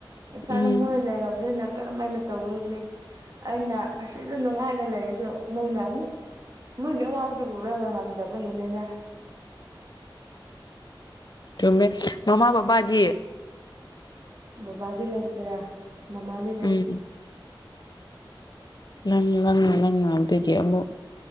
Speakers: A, on the right (about 45°); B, on the left (about 55°).
A: ꯏꯁꯥꯗ
B: ꯎꯝ
A: ꯃꯣꯏ ꯂꯩꯔꯕꯅꯤꯅ ꯀꯔꯝꯃꯥꯏꯅ ꯇꯧꯔꯒꯨꯅꯤ ꯑꯩꯅ ꯑꯁꯤꯗ ꯅꯨꯡꯉꯥꯏꯅ ꯂꯩꯔꯁꯨ ꯃꯣꯏꯅ ꯑꯃꯨꯛ ꯃꯣꯏꯒꯤ ꯑꯋꯥꯕꯗꯨ ꯎꯔꯒ ꯉꯝꯗꯕꯒꯤꯅꯤꯅꯦ
B: ꯆꯨꯝꯃꯦ ꯃꯃꯥ ꯕꯕꯥꯗꯤ
A: ꯕꯕꯥꯗꯤ ꯂꯩꯇ꯭ꯔꯦ ꯃꯃꯥꯗꯤ ꯂꯩ
B: ꯎꯝ ꯅꯪ ꯅꯪ ꯅꯪꯅ ꯑꯗꯨꯒꯤ ꯑꯃꯨꯛ